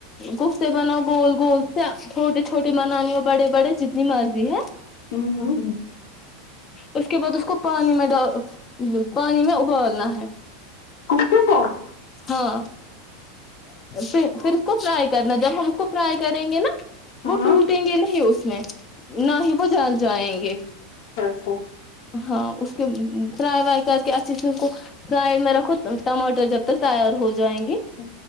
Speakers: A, on the left; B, on the left.
A: گفتے بناؤ گول گول سے چھوٹے چھوٹے بنانی ہو بڑے بڑے جتنی مرضی ہے
B: ہوں ہ <inaudible>
A: اس <inaudible> کے بعد اس کو پانی میں ڈال پانی میں ابالنا ہے
B: کستے تو <unintelligible>
A: ہاں پھر پھر کو فرائی کرنا جب ہم اس کو فرائی کریں گے نا
B: ہاں
A: وہ ٹولتےیں گے ل ہی اس <inaudible> میں <unintelligible> نہ ہی وہ جال جائیں گے
B: سو <unintelligible>
A: ہاں اس کے فرائی وائی کر کے اچھے سے اس کو فرڈ میں رکھو ٹماٹر جب تک تیار ہو جائیں گے
B: ا